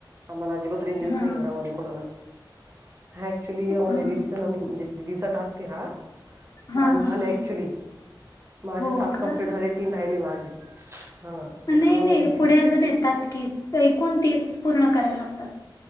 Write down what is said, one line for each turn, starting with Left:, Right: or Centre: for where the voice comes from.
Right: आम्हाला अजिबात रेंजेस
Left: हा
Right: नाही घरामध्ये कोणालाच. हा ऍक्च्युअली माझ्या
Left: हा
Right: दिदीचा नंब दिदीचा टास्क आहे हा माझ
Left: हा
Right: झालं
Left: हा हा
Right: ऍक्च्युली माझे
Left: हो
Right: सात
Left: का?
Right: कंप्लीट झाले तीन राहिले माझे हा.
Left: नाही,
Right: माझ्या
Left: नाही
Right: दीदी
Left: पुढे अजून येतात की एकुण तीस पूर्ण करायला लागतात.